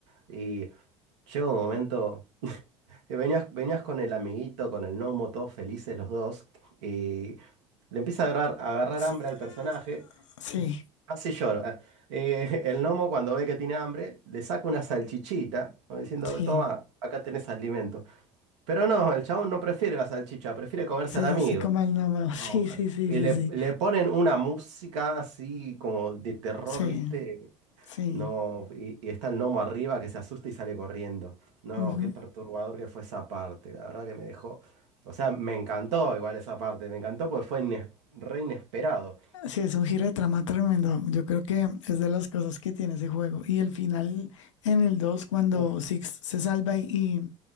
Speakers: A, on the right; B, on the left.
A: y llega un momento. Que venías, venías con el amiguito, con el gnomo, todos felices los dos. Y le empieza a agarrar, a agarrar
B: s-
A: hambre al personaje.
B: sí,
A: Casi lloro. ah. Eh, <laughs> el gnomo, cuando ve que tiene hambre, le saca una salchichita, como diciendo,
B: sí,
A: toma, acá tenés alimento. Pero no, el chabón no prefiere la salchicha, prefiere comerse
B: sí,
A: al amigo.
B: sé como el nombre. <laughs> Sí,
A: No,
B: sí, sí,
A: y
B: sí,
A: le,
B: sí,
A: le ponen una música así como de terror,
B: sí,
A: ¿viste?
B: sí.
A: No, y, y está el gnomo arriba que se asusta y sale corriendo. No,
B: ujú.
A: qué perturbador que fue esa parte. La verdad que me dejó. O sea, me encantó igual esa parte. Me encantó porque fue ines- re inesperado.
B: Sí, es un giro de trama tremendo. Yo creo que es de las cosas que tiene ese juego. Y el final en el 2, cuando
A: Uf.
B: Six se salva y,